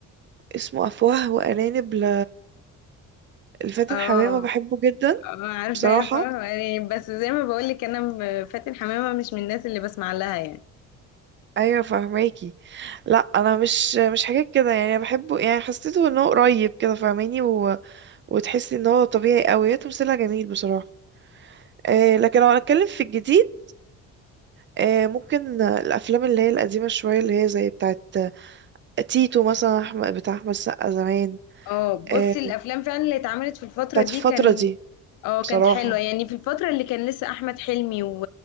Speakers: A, on the right; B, on the left.
A: اسمه أفواه وأرانب ل... لفاتن
B: اه
A: حمامة بحبه جدا
B: اه عارفاه
A: بصراحة
B: فاهمة يعني بس زي ما بقولك انا م- فاتن حمامة مش من الناس اللي بسمع لها يعني
A: أيوة فهماكي لا أنا مش مش حاجات كده يعني أنا بحبه يعني حسيته إن هو قريب كده فاهماني و... وتحسي إن هو طبيعي أوي هي تمثيلها جميل بصراحة آه لكن لو هنتكلم في الجديد آه ممكن الأفلام اللي هي القديمة شوية اللي هي زي بتاعت تيتو مثلا أحمد بتاع أحمد السقا زمان
B: اه بصي
A: آه
B: الافلام فعلا اللي اتعملت في الفترة
A: بتاعت
B: دي
A: الفترة
B: كان
A: دي
B: اه كانت
A: بصراحة
B: حلوة يعني في الفترة اللي كان لسه احمد حلمي و...